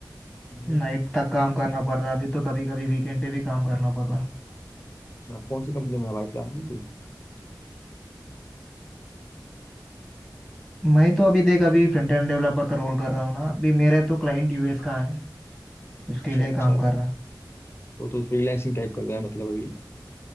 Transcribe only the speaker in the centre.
नाइट तक काम करना पड़ रहा अभी तो कभी कभी वीकेंड पे भी काम करना पड़ रहा
मैं तो अभी देख अभी फ्रंट एंड डेवलपर का रोल कर रहा हूँ ना अभी मेरा तो क्लाइंट यूएस का है उसके
लिए
काम कर रहा